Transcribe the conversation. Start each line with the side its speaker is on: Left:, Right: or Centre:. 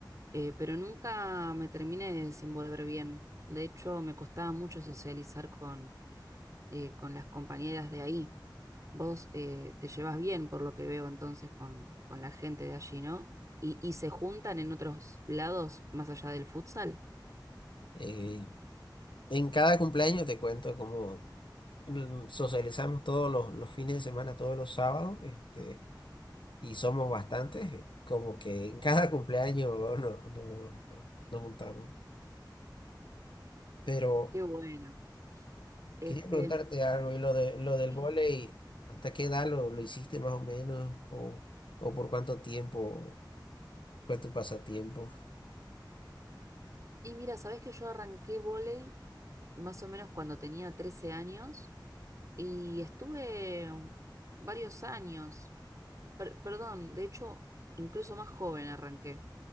Right: eh, pero nunca me terminé de desenvolver bien. De hecho, me costaba mucho socializar con, eh, con las compañeras de ahí. Vos eh, te llevas bien, por lo que veo entonces, con, con la gente de allí, ¿no? Y, y se juntan en otros lados más allá del futsal.
Left: Eh, en cada cumpleaños te cuento cómo mm, socializamos todos los, los fines de semana, todos los sábados, este, y somos bastantes, eh, como que en cada cumpleaños <laughs> no, no- no- nos juntamos. Pero
Right: Qué bueno. Este,
Left: Quería preguntarte algo, y lo de lo del
Right: sí.
Left: vóley, ¿hasta qué edad lo, lo hiciste más o menos? ¿O, o por cuánto tiempo fue tu pasatiempo?
Right: Y mira, sabés que yo arranqué vóley más o menos cuando tenía 13 años y estuve varios años, Per- perdón, de hecho, incluso más joven arranqué.